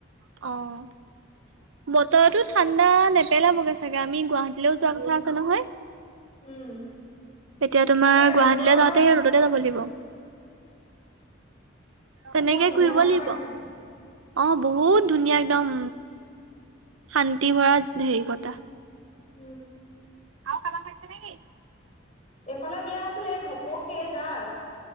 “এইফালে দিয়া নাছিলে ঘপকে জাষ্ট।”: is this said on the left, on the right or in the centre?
Left